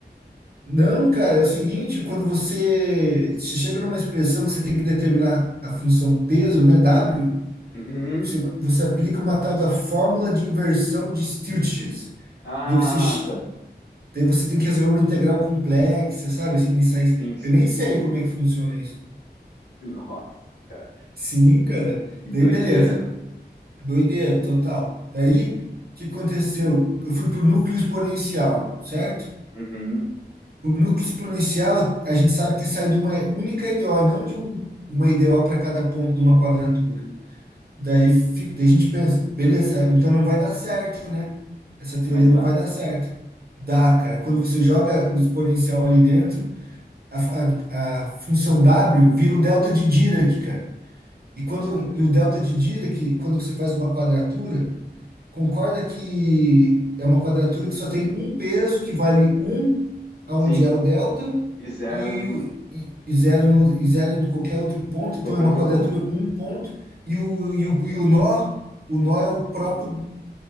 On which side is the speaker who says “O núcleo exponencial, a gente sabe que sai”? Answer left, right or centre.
Right